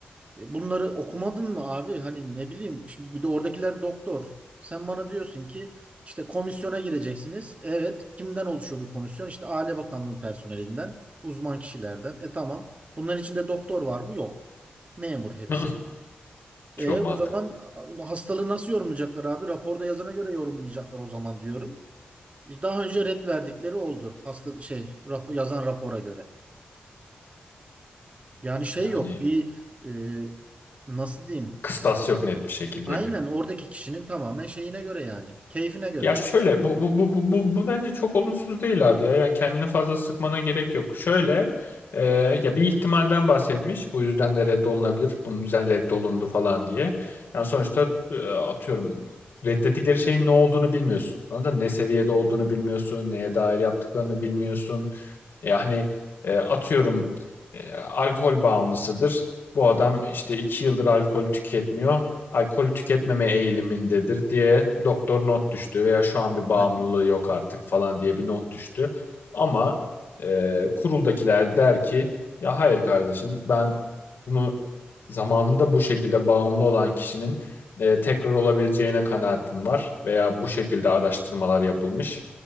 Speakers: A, on the right; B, on the left.
A: E, Bunları okumadın mı abi? Hani ne bileyim şimdi bir de oradakiler doktor. Sen bana diyorsun ki işte komisyona gireceksiniz. Evet, kimden oluşuyor bir komisyon? İşte Aile Bakanlığı personelinden, uzman kişilerden. E tamam. Bunların içinde doktor var mı? Yok. Memur hepsi.
B: <laughs> Çok
A: E
B: mantıklı.
A: o zaman a- hastalığı nasıl yorumlayacaklar abi? Raporda yazana göre yorumlayacaklar o zaman diyorum. E, Daha önce ret verdikleri oldu. Hasta şey rapor, yazan rapora göre. Yani şey
B: Yani
A: yok. Bir e, nasıl diyeyim?
B: kıstas yok net bir şekilde.
A: Aynen oradaki kişinin tamamen şeyine göre yani. Keyfine göre
B: Ya
A: yani.
B: şöyle bu bu bu bu bu, bu bence çok olumsuz değil abi ya. Yani kendini fazla sıkmana gerek yok. Şöyle e, ya bir ihtimalden bahsetmiş. Bu yüzden de reddolunabilir. Bunun yüzden reddolundu falan diye. Yani sonuçta e, atıyorum reddettikleri şeyin ne olduğunu bilmiyorsun. Anladın mı? Ne seviyede olduğunu bilmiyorsun. Neye dair yaptıklarını bilmiyorsun. Yani e, atıyorum e, alkol bağımlısıdır. Bu adam işte iki yıldır alkol tüketmiyor alkol tüketmeme eğilimindedir diye doktor not düştü veya şu an bir bağımlılığı
A: Aynen.
B: yok artık falan diye bir not düştü. Ama e, kuruldakiler der ki ya hayır kardeşim ben bunu zamanında bu şekilde bağımlı olan kişinin e, tekrar olabileceğine kanaatim var veya bu şekilde araştırmalar yapılmış.